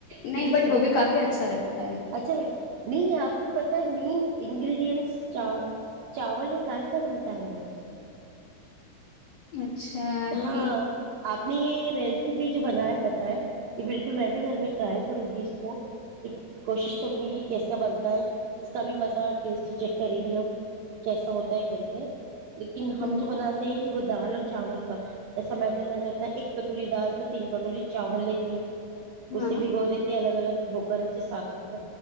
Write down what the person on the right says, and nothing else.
ٹھیک
ہے
سنو
تو
اچھا لگے نہیں آپ کو پتا ہے مین انڈ چاول اور دال کا بنتا ہے وہ
ہاں آپ نے یہ ریسیپی جو بنا ہے بتائے یہ بالکل میں بھی گھر میں ٹرائی کروں گی اس کو کہ کوشش کروں گی کہ کیسا بنتا ہے اس کا بھی مزہ ٹیسٹ چیک کریں گے ہم کیسا ہوتا ہے کر کے لیکن ہم
جو بناتے ہیں وہ دال اور چاول جسا میزرمنٹ رہتا ہے ایک کٹوری دال تو تین کٹوری چاول لیتے ہیں
اسے بھیگو دیتے الگ الگ ہوھوکر سے صاف ستھرا